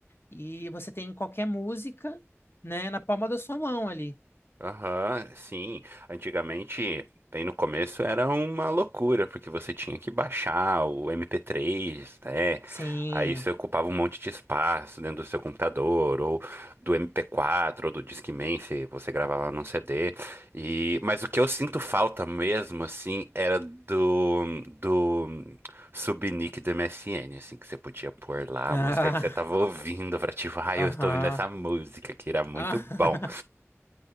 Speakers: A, on the left; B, on the right.
A: e você tem qualquer música, né, na palma da sua mão ali.
B: Aham, sim. Antigamente, bem no começo, era uma loucura, porque você tinha que baixar o MP3, né?
A: Sim.
B: Aí você ocupava um monte de espaço dentro do seu computador, ou do MP4, ou do Discman, se você gravava num CD. E... Mas o que eu sinto falta mesmo, assim, era do, do subnick do MSN, assim, que você podia pôr lá
A: Ah,
B: a música que você tava ouvindo pra tipo, ai,
A: aham.
B: eu estou ouvindo essa música, que era muito
A: Ah.
B: bom.
A: <laughs>